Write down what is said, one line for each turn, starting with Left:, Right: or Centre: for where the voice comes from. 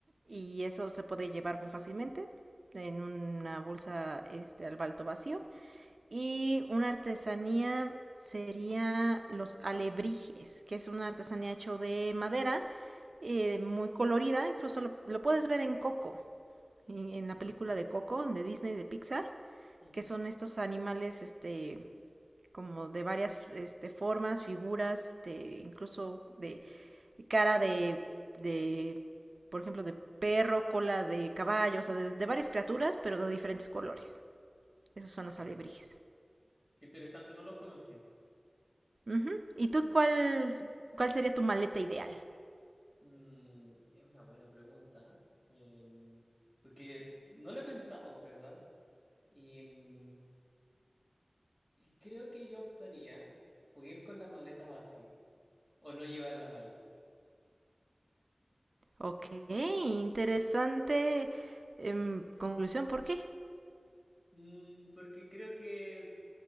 Right: y eso se puede llevar muy fácilmente en una bolsa este, al balto vacío. Y una artesanía sería los alebrijes, que es una artesanía hecho de madera, eh, muy colorida, incluso lo, lo, puedes ver en coco, en la
Left: mm,
Right: película de Coco, de Disney, de Pixar,
Left: ujú.
Right: que son estos animales, este, como de varias, este, formas, figuras, este, incluso de cara de, de, por ejemplo, de perro, cola de caballo, o sea, de, de varias criaturas, pero de diferentes colores. Esos son los
Left: Ah,
Right: alebrijes.
Left: qué interesante, no los conocí.
Right: Uh -huh. ¿Y tú cuál, cuál sería tu maleta ideal?
Left: Mm, es una buena pregunta, em, porque no lo he pensado en verdad. Y, mm, y creo que yo optaría por ir con la maleta vacía o no llevar la maleta.
Right: Ok, interesante em, conclusión, ¿por qué?
Left: Mm, porque creo que